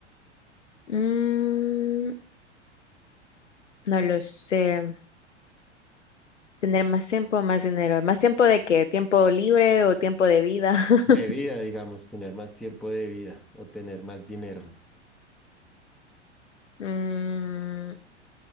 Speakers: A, on the left (about 80°); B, in the centre.
A: Mm, no lo sé. Tener más tiempo, más dinero. ¿Más tiempo de qué? ¿Tiempo libre o tiempo de vida? <laughs>
B: De vida, digamos, tener más tiempo de vida o tener más dinero.
A: Mm,